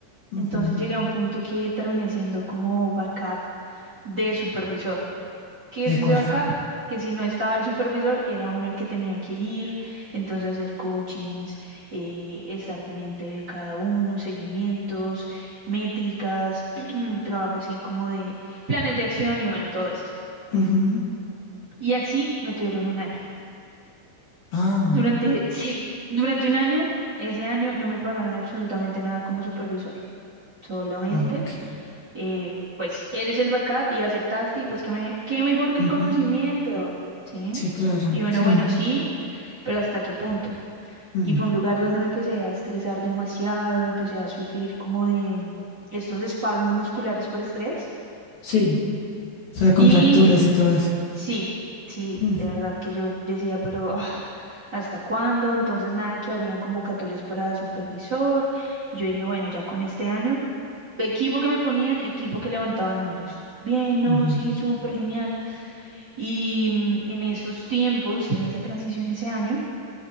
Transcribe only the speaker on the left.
ujú.
De
acuerdo.
Ujú.
Ah,
ok.
Ujú.
Sí, claro.
Sí.
Mm,
Sí. O sea, contracturas
y todo eso.
Mm,
ujú.